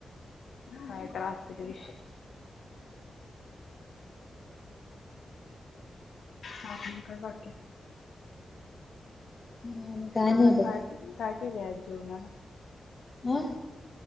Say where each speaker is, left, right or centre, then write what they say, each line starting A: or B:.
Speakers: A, on the left (about 80°); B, on the left (about 35°).
A: <inaudible> हा त्रास विषय <inaudible> ह अजून काय बाकी्य <inaudible>
B: आणि
A: का
B: नाही
A: -काय
B: बघ
A: -काय -क -आज जेवनाला <inaudible>
B: ह